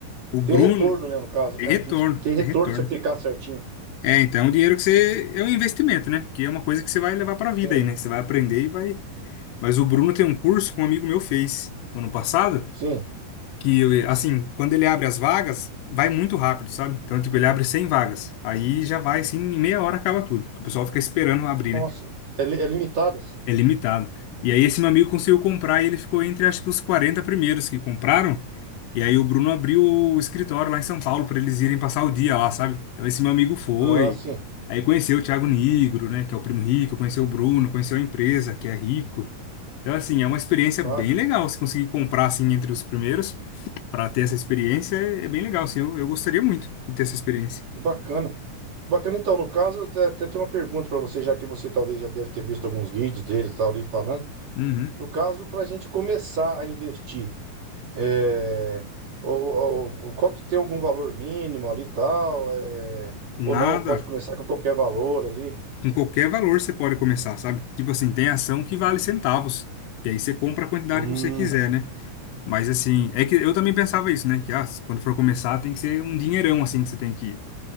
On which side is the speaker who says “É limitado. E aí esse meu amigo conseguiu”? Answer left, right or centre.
Left